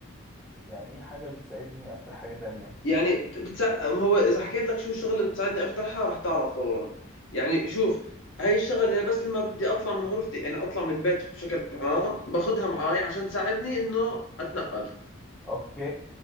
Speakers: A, in the centre; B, on the left.
A: يعني ايه حاجة بتساعدني افتح حاجة تانية
B: يعني بتساعد هو اذا حكيت لك شو الشغله اللي بتساعدني افتحها رح تعرف فورا يعني شوف هاي الشغله بس لما بدي اطلع من غرفتي انا اطلع من البيت بشكل عام باخذها معاي عشان تساعدني انه اتنقل
A: اوكي